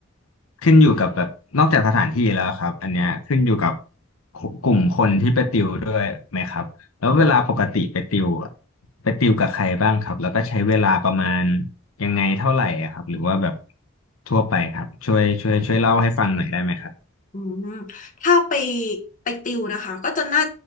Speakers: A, on the left; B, on the left.
A: ขึ้นอยู่กับแบบนอกจากสถานที่แล้วครับอันเนี้ยขึ้นอยู่กับกลุ่กลุ่มคนที่ไปติวด้วยไหมครับแล้วเวลาปกติไปติวอะไปติวกับใครบ้างครับแล้วก็ใช้เวลาประมาณยังไงเท่าไหร่อะครับหรือว่าแบบทั่วไปครับช่วยช่วยช่วยเล่าให้ฟังหน่อยได้ไหมครับ
B: อืมถ้าไปไปติวนะคะก็จะน่า